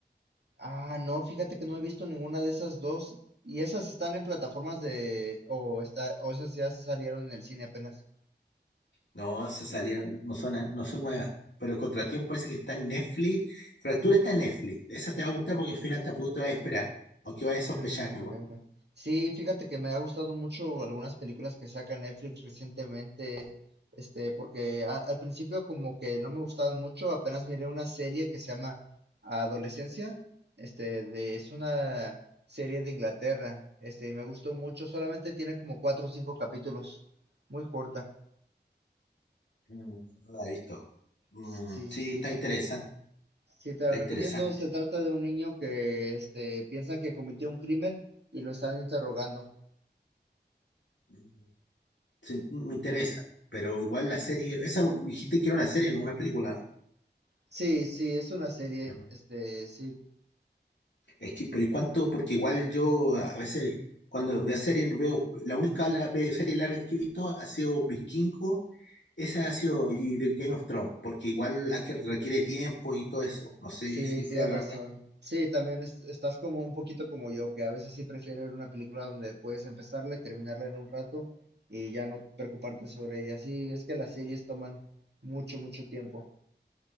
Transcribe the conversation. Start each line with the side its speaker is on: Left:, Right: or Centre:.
Right: Ah, no, fíjate que no he visto ninguna de esas dos. ¿Y esas están en plataformas de... o está, o esas ya salieron en el cine apenas?
Left: No, se salieron, no son, an- no son nuevas. Pero Contratiempo parece que está en Netflix. Fractura está en Netflix. Esa te va a gustar porque al final tampoco te vas a esperar. Aunque vayas
Right: Ah,
Left: a sospechar igual.
Right: ok, ok. Sí, fíjate que me ha gustado mucho algunas películas que saca Netflix recientemente, este, porque a- al principio como que no me gustaban mucho, apenas miré una serie que se llama Adolescencia, este, de, es una serie de Inglaterra, este, y me gustó mucho, solamente tiene como cuatro o cinco capítulos, muy corta.
Left: Mm, No la he visto. Mm,
Right: Sí,
Left: sí,
Right: sí,
Left: está
Right: te-
Left: interesante.
Right: Sí, te la
Left: Está
Right: recomiendo.
Left: interesante.
Right: Se trata de un niño que este, piensan que cometió un crimen y lo están interrogando.
Left: Mm, Sí, me interesa. Pero igual la serie. Esa dijiste que era una serie, no una película.
Right: Sí, sí, es una serie.
Left: ¿no?
Right: Este, sí,
Left: Es que, pero ¿y cuánto? Porque igual yo a veces cuando veo series, veo, la única la- ve- serie larga que he visto ha sido Vikingo, esa ha sido, y de Game of Thrones, porque igual hay que- requiere tiempo y todo eso. No sé
Right: sí,
Left: si sea
Right: tienes
Left: larga.
Right: razón. Sí, también es- estás como un poquito como yo, que a veces sí prefiero ver una película donde puedes empezarla y terminarla en un rato y ya no preocuparte sobre ella. Sí, es que las series toman mucho, mucho tiempo.